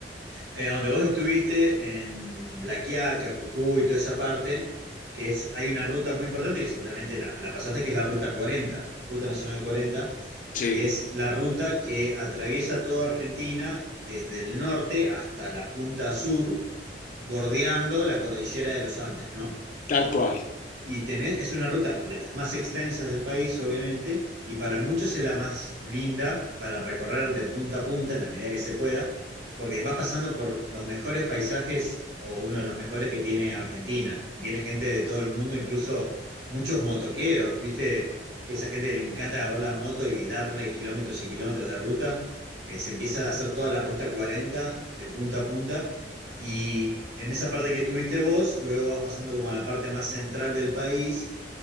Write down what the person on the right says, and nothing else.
eh, donde vos estuviste, en La Quiaca, Jujuy, toda esa parte, que es, hay una ruta muy importante que seguramente la, la pasaste, que es la Ruta 40, Ruta Nacional 40,
que es la ruta que atraviesa toda Argentina desde el norte hasta la punta sur, bordeando la cordillera de los Andes, ¿no?
Y tenés, es una ruta de las más extensas del país, obviamente, y para muchos es la más linda para recorrer de punta a punta en la medida que se pueda, porque vas pasando por los mejores paisajes o uno de los mejores que tiene Argentina. Viene gente de todo el mundo, incluso muchos motoqueros, ¿viste? Que esa gente que le encanta agarrar la moto y darle kilómetros y kilómetros de ruta. eh, se empieza a hacer toda la ruta 40 de punta a punta y en esa parte que estuviste vos, luego vas pasando como a la parte más central del país